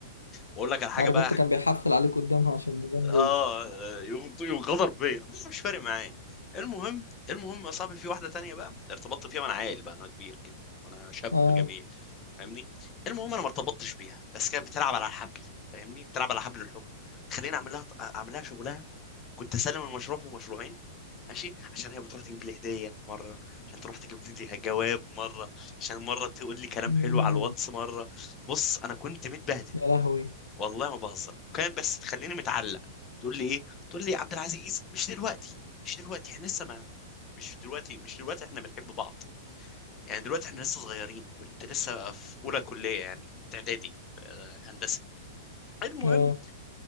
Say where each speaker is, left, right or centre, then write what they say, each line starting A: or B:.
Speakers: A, on the left (about 25°); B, on the left (about 80°).
A: واقول لك على حاجه
B: عارف
A: بقى
B: انت كان بيحفل عليك قدامها عشان يبان روش
A: اه يغ- يغدر بيا مش فارق معايا المهم المهم يا صاحبي في واحده تانية بقى ارتبطت فيها وانا عيل بقى انا كبير كده وانا شاب
B: اه
A: جميل فاهمني المهم انا ما ارتبطتش بيها بس كانت بتلعب على الحبل فاهمني بتلعب على حبل الحب خليني اعمل لها اعمل لها شغلها كنت اسلم المشروع في مشروعين ماشي عشان هي بتروح تجيب لي هديه مره عشان تروح تجيب لي جواب مره عشان مره تقول لي كلام
B: مم.
A: حلو على الواتس مره بص انا كنت متبهدل
B: يا لهوي
A: والله ما بهزر كان بس تخليني متعلق تقول لي ايه تقول لي عبد العزيز مش دلوقتي مش دلوقتي احنا لسه ما مش دلوقتي مش دلوقتي احنا بنحب بعض يعني دلوقتي احنا لسه صغيرين كنت لسه في اولى كليه يعني كنت اعدادي في هندسه المهم
B: اه